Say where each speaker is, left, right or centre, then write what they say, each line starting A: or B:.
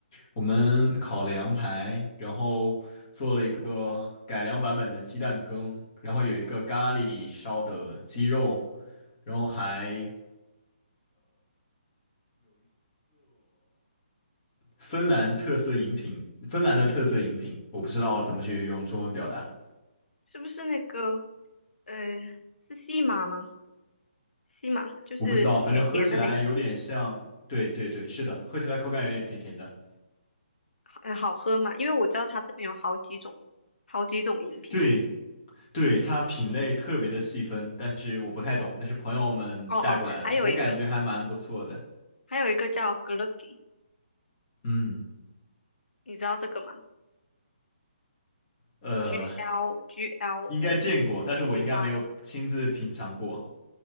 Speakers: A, on the left; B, on the left.
A: 我们烤了羊排，然后做了一个改良版本的鸡蛋羹，然后有一个咖喱烧的鸡肉，然后还芬兰特色饮品，芬兰的特色饮品，我不知道怎么去用中文表达，
B: 是不是那个呃是西马吗？西马就是甜甜的那个，
A: 我不知道，反正喝起来有点像，对对对，是的，喝起来口感有点甜甜的，
B: 好呃好喝吗？因为我知道它这边有好几种好几种饮品。
A: 对对，它品类特别的细分，但是我不太懂，那是朋友们带过来的，
B: 哦哦，还有一个
A: 我感觉还蛮不错的，
B: 还有一个叫格勒吉。
A: 嗯。
B: 你知道这个吗
A: 呃，
B: ？G L G L
A: 应该见过，
B: O
A: 但是我应该没有亲自品尝过。
B: G Y，